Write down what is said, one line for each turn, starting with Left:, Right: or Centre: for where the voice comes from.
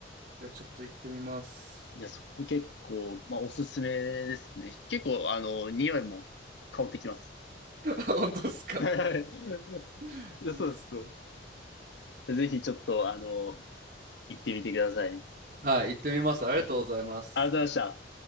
Right: いやちょっと行ってみます。
Left: いや、そこ結構、まあおすすめですね。結構、あの、匂いも香ってきます。
Right: <laughs> 本当っすか
Left: はい。
Right: <laughs>
Left: いや、そうですよ。
Right: いいっすね
Left: ぜひちょっと、あの、行ってみてください。
Right: はい、行ってみます。ありがとうございます。
Left: ありがとうございました。